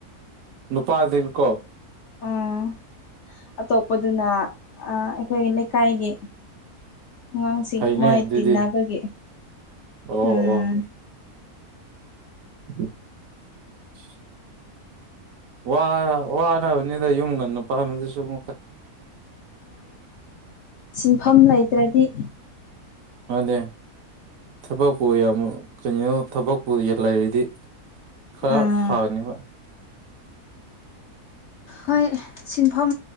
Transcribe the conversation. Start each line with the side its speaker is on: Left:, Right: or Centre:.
Right: ꯅꯨꯄꯥꯗꯤꯕꯀ‌ꯣ
Left: ꯎꯝ ꯑꯇꯣꯞꯄꯗꯨꯅ ꯑꯩ ꯑꯩꯈꯣꯏꯒꯤ ꯂꯩꯀꯥꯏꯒꯤ ꯑꯉꯥꯡꯁꯤꯡ
Right: ꯐꯩꯅꯦ
Left: ꯃ‌ꯣꯏ
Right: ꯑꯗꯨꯗꯤ
Left: ꯇꯤꯟꯅꯕꯒꯤ
Right: ꯑꯣ
Left: ꯎꯝ
Right: ꯑꯣ <inaudible> ꯋꯥ ꯋꯥꯅꯕꯅꯤꯗ ꯌꯨꯝ ꯉꯟꯅ ꯄꯥꯟꯕꯗꯨꯁꯨ ꯀꯠ
Left: ꯁꯤꯟꯐꯝ ꯂꯩꯇ꯭ꯔꯗꯤ
Right: ꯑꯗꯨꯗ‌ꯦ ꯊꯕꯛꯄꯨ ꯌꯥꯝ ꯀꯩꯅꯣ ꯊꯕꯛꯄꯨ ꯂꯩꯔꯗꯤ ꯈꯔ
Left: ꯎꯝ
Right: ꯐꯅꯦꯕ
Left: ꯍꯣꯏ ꯁꯤꯟꯐꯝ